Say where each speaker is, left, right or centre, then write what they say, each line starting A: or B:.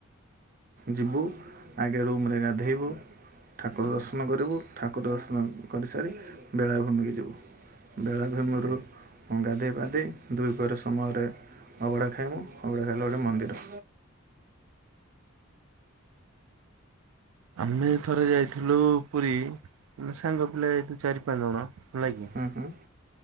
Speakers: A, on the right; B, on the right.
A: ଯିବୁ ଆଗେ ରୁମ୍ରେ ଗାଧେଇବୁ ଠାକୁର
B: ଆଜ୍ଞା
A: ଦର୍ଶନ କରିବୁ ଠାକୁର ଦର୍ଶନ କରିସାରି ବେଳାଭୂମିକୁ ଯିବୁ ବେଳାଭୂମିରୁ
B: ଆଜ୍ଞା
A: ଗାଧେଇ ପାଧେଇ ଦୁଇ ପହର ସମୟରେ ଅବଢା ଖାଇମୁ ଅବଢ଼ା ଖାଇଲାବେଳେେ ମନ୍ଦିର
B: ଆମେ ଥରେ ଯାଇଥିଲୁ ପୁରୀ ମାନେ ସାଙ୍ଗ ପିଲା ଯାଇୁ ଚାରି ପାଞ୍ଚ ଜଣ ହେଲା କି
A: ହୁଁ ହୁଁ